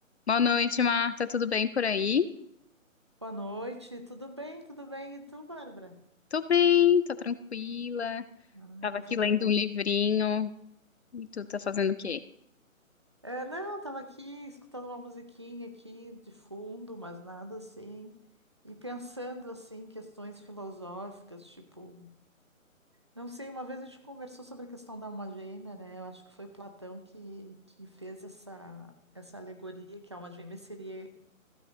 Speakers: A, on the left (about 55°); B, on the right (about 20°).
A: Boa noite, Marta. Tudo bem por aí?
B: Boa noite, tudo bem? Tudo bem? E tu, Bárbara?
A: Tô bem, tô tranquila.
B: Ah,
A: Tava
B: coisa
A: aqui
B: boa.
A: lendo um livrinho. E tu tá fazendo o quê?
B: É, não, tava aqui escutando uma musiquinha aqui de fundo, mas nada assim. E pensando assim em questões filosóficas, tipo, não sei, uma vez a gente conversou sobre a questão da alma gêmea, né? Eu acho que foi Platão que, que fez essa essa alegoria que a alma gêmea seria